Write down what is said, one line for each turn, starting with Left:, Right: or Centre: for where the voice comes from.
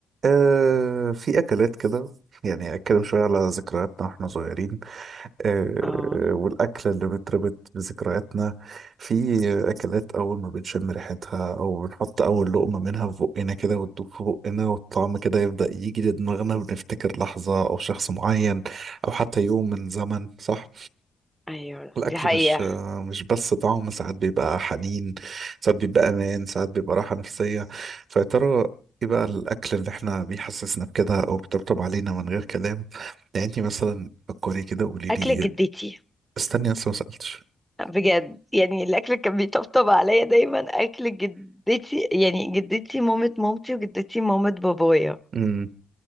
Right: آه في أكلات كده يعني أتكلم شوية على ذكرياتنا وإحنا صغيرين آه
Centre: اه
Right: والأكلة اللي بتربط بذكرياتنا في أكلات أول ما بنشم ريحتها أو بنحط أول لقمة منها في بقنا كده وتدوب في بقنا والطعم كده يبدأ يجي لدماغنا بنفتكر لحظة أو شخص معين أو حتى يوم من زمن صح؟
Centre: ايوه
Right: الأكل
Centre: دي حقيقة
Right: مش مش بس طعم ساعات بيبقى حنين ساعات بيبقى أمان ساعات بيبقى راحة نفسية فيا ترى إيه بقى الأكل اللي إحنا بيحسسنا بكده أو بيطبطب علينا من غير كلام يعني أنت مثلا فكري كده وقولي
Centre: اكل
Right: لي إيه.
Centre: جدتي
Right: استني لسه ما سألتش
Centre: بجد يعني الاكل اللي كان بيطبطب عليا دايما اكل جدتي يعني جدتي مامة مامتي وجدتي مامة بابايا
Right: أمم،